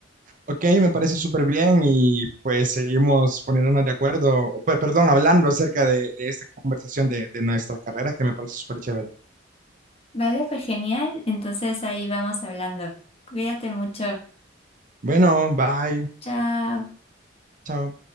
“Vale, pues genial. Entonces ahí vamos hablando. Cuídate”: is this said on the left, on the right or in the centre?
Left